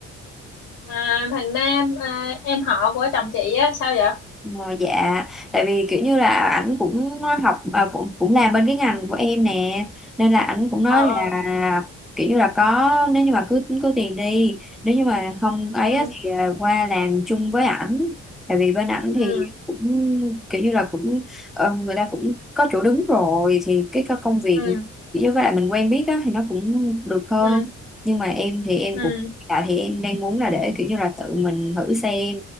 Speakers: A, on the left (about 85°); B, in the centre.
A: à, thằng Nam à, em họ của chồng chị á sao vậy
B: Ờ, dạ tại vì kiểu như là ảnh cũng học à, cũng cũng làm bên cái ngành của em nè nên là ảnh cũng nói
A: ờ ờ
B: là kiểu như là có nếu như mà cứ cứ tiền đi nếu như mà không ấy
A: ừ
B: á thì à, qua làm chung với ảnh tại vì bên ảnh thì
A: ừ
B: cũng kiểu như là cũng ờ, người ta cũng có chỗ đứng rồi thì cái co- công việc
A: ừ
B: kiểu như với lại mình quen biết á thì nó cũng được hơn
A: ừ
B: nhưng mà em thì em
A: ừ
B: cũng tại thì em đang muốn là để kiểu như là tự mình thử xem